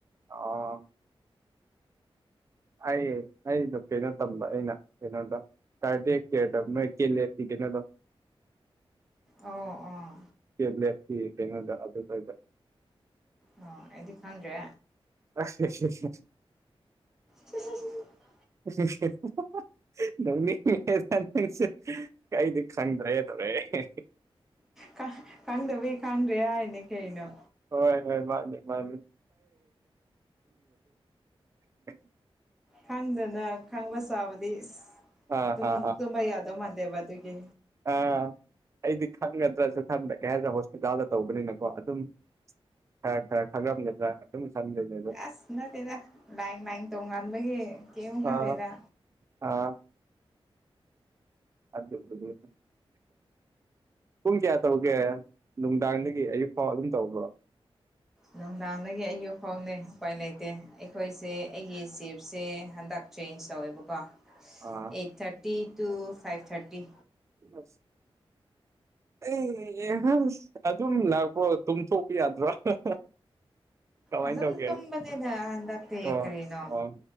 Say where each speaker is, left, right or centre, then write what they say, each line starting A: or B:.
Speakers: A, on the right; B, in the centre.
A: ꯑꯣ ꯑꯩ ꯑꯩꯗꯣ ꯀꯩꯅꯣ ꯇꯝꯕ ꯑꯩꯅ ꯀꯩꯅꯣꯗ <unintelligible> ꯀꯦꯅꯣꯗꯣ
B: ꯑꯣ ꯑꯣ
A: <unintelligible> ꯀꯩꯅꯣꯗ <unintelligible>
B: ꯑꯣ ꯑꯩꯗꯤ ꯈꯪꯗ꯭ꯔꯦ꯫
A: <unintelligible>
B: <unintelligible>
A: <unintelligible> ꯅꯣꯛꯅꯤꯡꯉꯦꯗ ꯅꯪꯁꯦ ꯑꯩꯗꯤ ꯈꯪꯗ꯭ꯔꯦ ꯇꯧꯔꯛ ꯑꯦ
B: ꯈꯪ ꯈꯪꯗꯕꯩ ꯈꯪꯗ꯭ꯔꯦ ꯍꯥꯏꯅꯦ ꯀꯩꯅꯣ꯫
A: ꯍꯣꯏ ꯍꯣꯏ ꯃꯥꯅꯤ ꯃꯥꯅꯤ <unintelligible>
B: ꯈꯪꯗꯅ ꯈꯪꯕ ꯁꯥꯕꯗꯤ ꯏꯁ
A: ꯑꯥ
B: ꯇꯨꯝ
A: ꯑꯥ
B: ꯇꯨꯝꯕ ꯌꯥꯗꯧ ꯃꯥꯟꯗꯦꯕ ꯑꯗꯨꯒꯤ
A: ꯑ ꯑꯩꯗꯤ ꯈꯪꯒꯗ꯭ꯔꯁꯨ ꯈꯟꯕ ꯀꯩ ꯍꯥꯏꯗ ꯍꯣꯁꯄꯤꯇꯥꯜꯗ ꯇꯧꯕꯅꯤꯅꯀꯣ ꯑꯗꯨꯝ ꯈ꯭ꯔ ꯈ꯭ꯔ ꯈꯪꯉꯝꯒꯗ꯭ꯔ ꯑꯗꯨꯝ ꯈꯟꯕꯩꯅꯦꯗꯣ
B: ꯑꯁ ꯅꯠꯇꯦꯗ ꯂꯥꯏꯟ -ꯂꯥꯏꯟ ꯇꯣꯡꯉꯥꯟꯕꯒꯤ ꯀꯤꯝ ꯍꯪꯗꯦꯗ꯫
A: ꯑꯥ ꯑꯥ <inaudible> ꯄꯨꯡ ꯀꯌꯥ ꯇꯧꯒꯦ ꯅꯨꯡꯗꯥꯡꯗꯒꯤ ꯑꯌꯨꯛ ꯐꯥꯎ ꯑꯗꯨꯝ ꯇꯧꯕ꯭ꯔꯣ
B: ꯅꯨꯡꯗꯥꯡꯗꯒꯤ ꯑꯌꯨꯛ ꯐꯧꯅꯦ ꯎꯄꯥꯏ ꯂꯩꯇꯦ ꯑꯩꯈꯣꯏꯁꯦ ꯑꯩꯒꯤ ꯆꯤꯞꯁꯦ ꯍꯟꯗꯛ ꯆꯦꯟꯖ ꯇꯧꯋꯦꯕꯀꯣ
A: ꯑꯥ
B: eight thirty to five thirty
A: ꯑꯁ ꯑꯩ ꯌꯦ <unintelligible> ꯑꯗꯨꯝ ꯂꯥꯛꯄꯒ ꯇꯨꯝꯊꯣꯛꯄꯤ ꯌꯥꯗ꯭ꯔꯣ <unintelligible> ꯀꯃꯥꯏꯅ
B: ꯑꯗꯨꯝ
A: ꯇꯧꯒꯦ
B: ꯇꯨꯝꯕꯅꯤꯗ ꯍꯟꯗꯛꯇꯤ
A: ꯑꯣ
B: ꯀꯔꯤꯅꯣ
A: ꯑꯣ